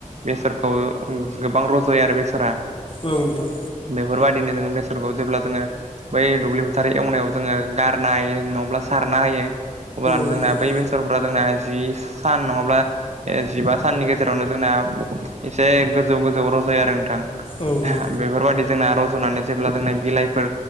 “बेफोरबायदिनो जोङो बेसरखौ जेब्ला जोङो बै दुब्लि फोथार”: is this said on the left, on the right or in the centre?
Right